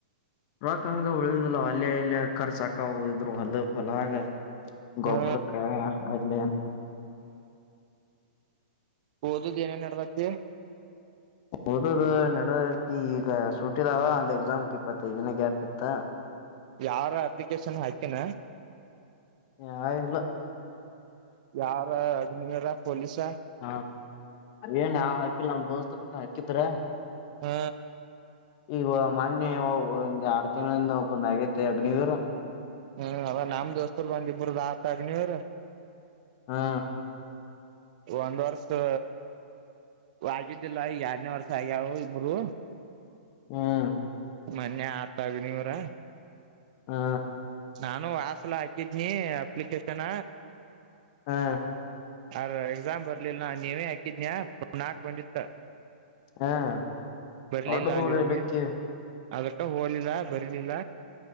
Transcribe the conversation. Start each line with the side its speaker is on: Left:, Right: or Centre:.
Left: ರೊಕ್ ಹಂಗ ಉಳಿವುದಿಲ್ಲ ಅಲ್ಲೆ ಇಲ್ಲೆ ಕರ್ ಸಾಕ ಹೋದಿದ್ರು ಅಲ್ಲ ಫಲ ಹಾಗ
Right: ಹಾ
Left: ಗೊಬ್ಬರಕಾ ಅಲ್ಲೆ
Right: ಓದು ಏನೇನ್ ನಡದತಿ <unintelligible>
Left: ಓದದಿ ನಡತಿ ಈಗ ಸುಟ್ಟಿರಾವ ಒಂದ್ ಎಕ್ಸಾಮ್ ಇಪ್ಪತ್ತೈದು ದಿನ ಗ್ಯಾಪ್ ಇತ್ತ
Right: ಯಾರ ಅಪ್ಲಿಕೇಶನ್ ಹಾಕೆನ
Left: ಯಾರಿಲ್ಲ
Right: ಯಾರ ಅಗ್ನಿಯರ ಪೊಲೀಸ
Left: ಹಾ ಏನ್ ಆ ಹಾಕಿಲ್ಲ ನಮ್ ದೋಸ್ ಹತ್ರ ಹಾಕಿದ್ರ
Right: ಹಾ
Left: ಇವ ಮೊನ್ನಿ ಒಂದ್ ಆರು ತಿಂಗಳಿಂದ ಒಪನ್ ಆಗೇತೆ ಅಗ್ನಿವರ
Right: ಹ್ಮ್ ಅದ ನಮ್ ದೋಸ್ತರು ಒಂದ್ ಇಬ್ಬರದ್ದ್ ಹಾಕನೀರ್
Left: ಹಾ
Right: ಒಂದು ವರ್ಷದ್ ವಾಗಿದ್ದಿಲ್ಲ ಈಗ ಎರಡನೇ ವರ್ಷ ಆಗ್ಯಾವ ಇಬ್ಬರು
Left: ಹ್ಮ್
Right: ಮೊನ್ನೆ ಆಗತನೀವರ
Left: ಹಾ
Right: ನಾನು ವಾಸುನ ಹಾಕಿದ್ದೀನಿ ಅಪ್ಲಿಕೇಶನ
Left: ಹಾ
Right: ಅರ ಎಕ್ಸಾಮ್ ಬರ್ಲಿಲ್ಲ ನ ನೀವೇ ಹಾಕಿದಿಯ ನಾಲ್ಕು ಬಂದಿತ್ತ
Left: ಹ್ಮ್
Right: ಬರ್ಲಿಲ್ಲ
Left: ದೊಡ್ಡ ದೂರ
Right: ಅಲ್ಲಿ ಹೋಗೆ
Left: ಇಲಕ್ಕಿ
Right: ಅದಕ್ಕ ಹೋಗಲಿಲ್ಲ ಬರ್ಲಿಲ್ಲ